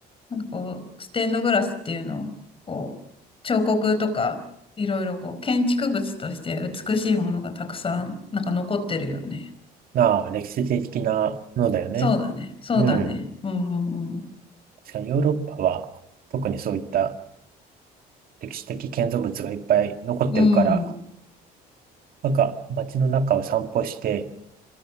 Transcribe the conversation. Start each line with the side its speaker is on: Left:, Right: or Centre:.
Left: なんかこう、ステンドグラスっていうのを、こう、彫刻とか、いろいろこう、建築物として美しいものがたくさん、なんか残ってるよね。
Right: ん。ああ、歴史的なものだよね。
Left: そうだね。そうだね。
Right: うん。
Left: うんうん
Right: 確かにヨーロッパは、特にそういった歴史的建造物がいっぱい残ってるから、
Left: うん。うん。
Right: なんか街の中を散歩して、